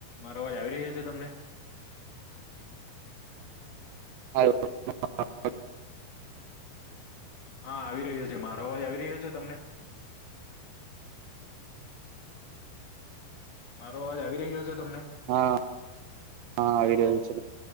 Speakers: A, on the left; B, on the right.
A: મારો અવાજ આવી રહ્યા છે તમને.
B: આયો તો. હા <unintelligible>
A: હા આવી રહ્યો છે મારો અવાજ આવી રહ્યો છે તમને. મારો અવાજ આવી રહ્યો છે તમને.
B: હા હા આવી
A: તો
B: રહ્યો છે.